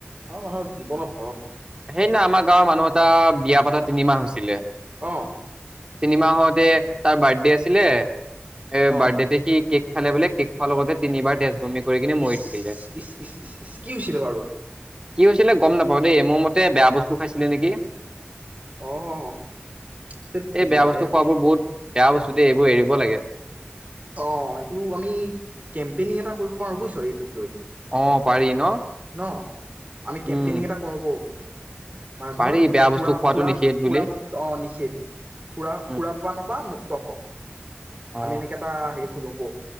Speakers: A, on the right; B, on the right.
A: অ মানুহৰ জীৱনত-
B: সেইদিনা আমাৰ গাঁৱৰ মানুহ এটা, বিয়া পতা তিনিমাহ হৈছে। ছিলে-
A: অ।
B: তিনিমাহতে তাৰ বাৰ্থডে আছিলে- এ
A: অ
B: বাৰ্থডেতে সি কেক- খালে বোলে, কেক খোৱাৰ লগতে তিনিবাৰ তেজ বমি - কৰি কিনে
A: ইচ
B: মৰি থাকি যায়,
A: ইচ ইচ ইচ ইচ কি হৈছিলে বাৰু
B: কি হৈছিলে গম নাপাওঁ দেই মোৰ মতে- বেয়া বস্তু খাইছিলে নেকি?
A: অ ধেত তেৰিকা
B: এই বেয়া বস্তু
A: এ
B: খোৱাবোৰ
A: কি কথা।
B: বহুত বেয়া বস্তু- দেই এইবোৰ এৰিব লাগে।
A: অ এইটো আমি কেম্পেইনিং এটা কৰিব পাৰো বুজিছ এইটো-
B: অ পাৰি ন
A: ন, আমি কেম্পেইনিং
B: উম
A: এটা কৰো ব - মানে ধৰ,
B: পাৰি বেয়া
A: সু সুৰা
B: বস্তু খোৱাটো নিষেধ বুলি
A: সুৰা বক্ত অ নিচিত, সুৰা সুৰা
B: উম,
A: পোৱা নোপোৱা মুক্ত- অ হ-
B: অ
A: আমি এনেকে এটা হেৰি শুনো ব-